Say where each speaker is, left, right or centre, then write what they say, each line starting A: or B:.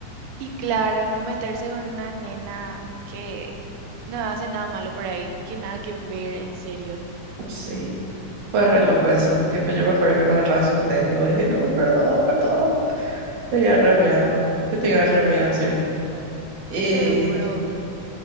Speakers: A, on the right; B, on the right.
A: Y claro, no meterse con una nena que no hace nada malo por ahí, que nada que ver, en serio.
B: Sí. Fue re loco eso. Tipo, yo me acuerdo que me re asusté. Tipo, dije, no, perdón, perdón. Tenía re miedo. Yo tenía re miedo, en serio. Y
A: Seguro.